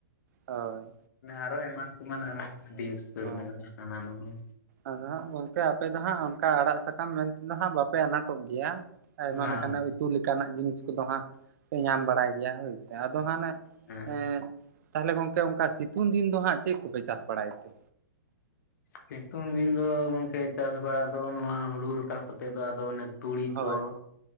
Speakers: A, on the right; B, on the left.
A: ᱦᱳᱭ᱾
B: ᱟᱨᱚ ᱮᱢᱟᱱ ᱛᱮᱢᱟᱱ ᱟᱨᱚ ᱟᱹᱰᱤ ᱩᱛᱟᱹᱨ
A: ᱦᱳᱭ
B: ᱢᱮᱱᱟᱜ-ᱟ ᱦᱟᱱᱟ ᱱᱚᱣᱟ
A: ᱟᱫᱚ ᱦᱟᱸᱜ ᱜᱚᱝᱠᱮ ᱟᱯᱮ ᱫᱚ ᱦᱟᱸᱜ ᱚᱱᱠᱟ ᱟᱲᱟᱜ ᱥᱟᱠᱟᱢ ᱢᱮᱱ ᱛᱮᱫᱚ ᱦᱟᱸᱜ ᱵᱟᱯᱮ ᱟᱱᱟᱴᱚᱜ ᱜᱮᱭᱟ? ᱟᱭᱢᱟ
B: ᱵᱟᱝ
A: ᱞᱮᱠᱟᱱᱟᱜ ᱩᱛᱩ ᱞᱮᱠᱟᱱᱟᱜ ᱡᱤᱱᱤᱥ ᱠᱚᱫᱚ ᱦᱟᱸᱜ ᱯᱮ ᱧᱟᱢ ᱵᱟᱲᱟᱭ ᱜᱮᱭᱟ ᱦᱳᱭᱥᱮ ᱟᱫᱚ ᱦᱟᱱᱮ
B: ᱦᱮᱸ
A: ᱮ ᱛᱟᱦᱚᱞᱮ ᱜᱚᱝᱠᱮ ᱚᱱᱠᱟ ᱥᱤᱛᱩᱝ ᱫᱤᱱ ᱫᱚ ᱦᱟᱸᱜ ᱪᱮᱫ ᱠᱚᱯᱮ ᱪᱟᱥ ᱵᱟᱲᱟᱭ ᱛᱮ?
B: ᱥᱤᱛᱩᱝ ᱫᱤᱱ ᱫᱚ ᱜᱚᱝᱠᱮ ᱪᱟᱥ ᱵᱟᱲᱟ ᱫᱚ ᱱᱚᱣᱟ ᱦᱩᱲᱩ ᱨᱟᱠᱟᱵ ᱠᱟᱛᱮᱫ ᱫᱚ ᱟᱫᱚ ᱚᱱᱮ ᱛᱩᱲᱤ
A: ᱦᱳᱭ
B: ᱠᱚ